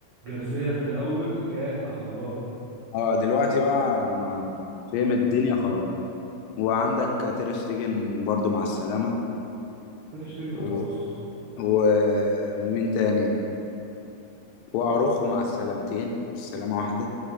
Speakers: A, on the right; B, on the left.
A: جارسيا في الاول كان على الله
B: اه دلوقتي بقى لما فهم الدنيا خلاص وعندك تير شتيجن برضو مع السلامة
A: تير شتيجن خلاص
B: و... و... ومين تاني واروخو مع السلامتين السلامة واحدة